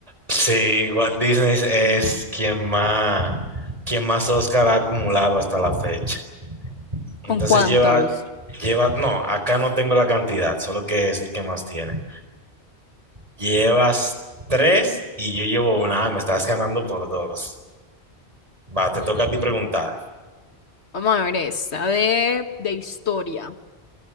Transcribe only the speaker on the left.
¿Con cuántos?
Ujú.
Vamos a ver esta de, de historia.